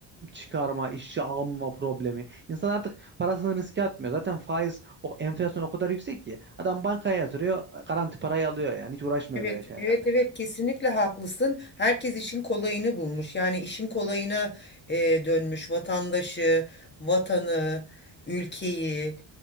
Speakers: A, on the right (about 25°); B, on the left (about 20°).
A: çıkarma, işçi alma problemi. İnsan artık parasını riske atmıyor. Zaten faiz, o enflasyon o kadar yüksek ki adam bankaya yatırıyor, garanti parayı alıyor yani hiç uğraşmıyor
B: Evet,
A: böyle şeylerle.
B: evet, evet kesinlikle haklısın. Herkes işin kolayını bulmuş. Yani işin kolayına e, dönmüş vatandaşı, vatanı, ülkeyi.